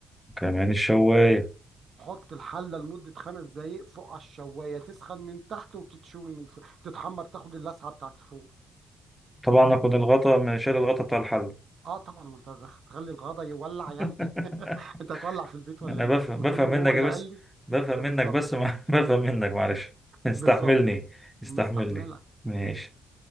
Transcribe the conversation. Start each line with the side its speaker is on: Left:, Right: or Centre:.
Centre: كمان الشواية
Right: حط الحله لمده خمس دقائق فوق على الشوايه تسخن من تحت وتتشوي من فوق تتحمر تاخد اللسعه بتاعت فوق
Centre: طبعا أكون الغطا ما شال الغطا بتاع الحل
Right: اه طبعا ما انت هتخلي الغدا يولع
Centre: <laughs>
Right: يعني <laughs> انت هتولع في البيت ولا
Centre: أنا
Right: ايه
Centre: بفهم
Right: وتقول
Centre: بفهم
Right: لهم
Centre: منك
Right: هو اللي
Centre: بس
Right: قال لي
Centre: بفهم
Right: ده
Centre: منك
Right: بالظبط
Centre: بس ما <laughs> بفهم منك معلش استحملني
Right: بالظبط
Centre: استحملني
Right: مستحمله
Centre: ماشي